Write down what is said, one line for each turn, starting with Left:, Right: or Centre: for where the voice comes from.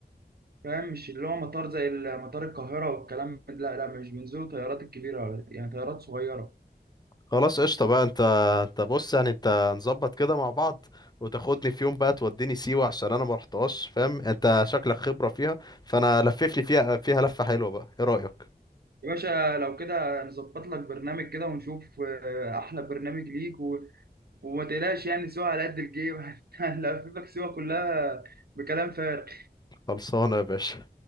Right: فاهم مش اللي هو مطار زي ال- مطار القاهرة والكلام من- لا لا مش بينزلوا طيارات الكبيرة ولا- يعني طيارات صغيرة
Left: خلاص قشطة بقى انت انت بص يعني انت نظبط كده مع بعض وتاخدني في يوم بقى توديني سيوة عشان انا ما رحتهاش فاهم انت شكلك خبرة فيها فانا لففني فيها فيها لفة حلوة بقى ايه رأيك
Right: يا باشا لو كده نظبط لك برنامج كده ونشوف آه، أحلى برنامج ليك و... وما تقلقش يعني سوا على قد الجيب <laughs> هنلففك سوا كلها بكلام فارغ
Left: خلصانة يا باشا